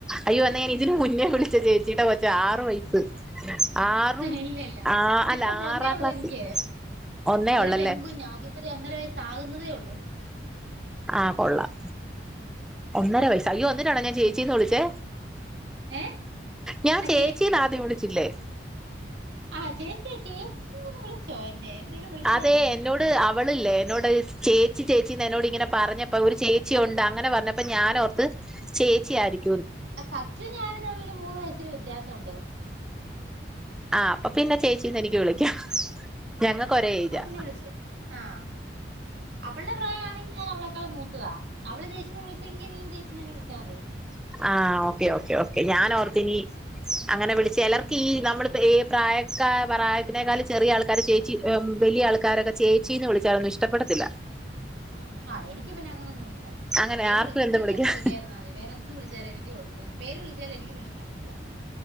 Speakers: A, in the centre; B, on the right.
A: അയ്യോ എന്നാ
B: ഉം
A: ഞാൻ ഇതിന് മുന്നേ വിളി ച്ച ചേച്ചിയുടെ കൊച്ചാ ആറ് വയസ്സ്. ആറും
B: ഇല്ല ഇല്ല
A: ആ
B: ഇതിപ്പം
A: അല്ല
B: ഒന്നേ
A: ആറാം
B: ഒള്ള്
A: ക്ലാസ്സിൽ
B: എനിക്ക്.
A: ഒന്നേ
B: ഒരു
A: ഉള്ളല്ലേ
B: പെൺകുഞ്ഞ അവക്ക് ഇപ്പ ദേ ഒന്നര വയ സാകുന്നതേ ഒള്ള്.
A: ആഹ് കൊള്ളാം. ഒന്നര വയസ്സ് അയ്യോ അന്നി ട്ടാണോ ഞാൻ ചേച്ചീന്ന് വിളിച്ചേ.
B: ഏ
A: ഞാൻ
B: ആ
A: ചേച്ചീന്ന്
B: ചേ
A: ആദ്യം വിളിച്ചു ഇല്ലേ
B: ആഹ് ചേച്ചിയെ ചേച്ചി വിളിച്ചോ എന്നെ എന്തേലും വിളിച്ചായിരുന്നോ
A: അതെ എന്നോട് അവളില്ലേ എന്നോട് ചേച്ചി ചേച്ചിന്ന് എന്നോട് ഇങ്ങനെ പറഞ്ഞപ്പ ഒരു ചേച്ചി ഉണ്ട് അങ്ങനെ പറഞ്ഞപ്പ ഞാനോർത്ത് ചേച്ചി ആയിരിക്കും
B: സച്ചു ഞാനും തമ്മില് മൂന്ന് വയസ്സിന് വ്യത്യാസംണ്ട്
A: ആഹ് അപ്പൊ പിന്നെ ചേച്ചീന്ന് എനിക്ക് വിളിക്കാം. ഞങ്ങക്ക്
B: ആഹ്
A: ഒരേ
B: അപ്പൊ
A: ഏജാ
B: പിന്നെ വിളിച്ചോ ആ അവളുടെ പ്രായമാണെങ്കി ഞാൻ അവളെക്കാളും മുത്തായ അവള് ചേച്ചീന്ന് വിളിച്ചെങ്കി നീയും ചേച്ചീന്ന് തന്നെ വിളിച്ചാതി
A: ആഹ് ഓക്കെ ഓക്കെ ഓക്കെ ഞാനോർത്തിനി അങ്ങനെ വിളിച്ച ചിലർക്കീ നമ്മള് പേര് പ്രായക്കാ പ്രായത്തിനേക്കാലും ചെറിയ ആൾക്കാര് ചേച്ചി ഏഹ് വലിയ ആൾക്കാരൊക്കെ ചേച്ചീന്ന് വിളിച്ചാലോന്നും ഇഷ്ടപ്പെടത്തില്ല
B: ഉം ആ എനിക്ക് പിന്നെ അങ്ങനൊന്നൂല്ല
A: അങ്ങനെ
B: പേര്
A: ആർക്കും
B: വിളി
A: എന്തും
B: ചീത്ത
A: വിളിക്കാം
B: ഒന്നും വിളിക്കാതിരുന്നാ മതി വേറെന്തു വിളിച്ചാലും എനി ക്ക് കുഴപ്പോലാ പേര് വിളിച്ചാലും എനിക്ക് പ്രശ്നം ഒന്നുല്ല